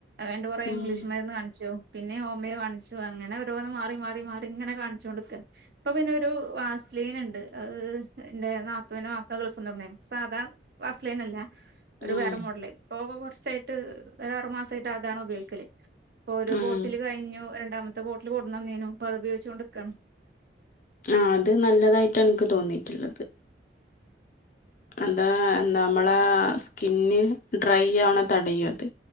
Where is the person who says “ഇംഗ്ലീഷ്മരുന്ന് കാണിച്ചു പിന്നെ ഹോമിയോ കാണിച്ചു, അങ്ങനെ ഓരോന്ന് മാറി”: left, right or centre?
Right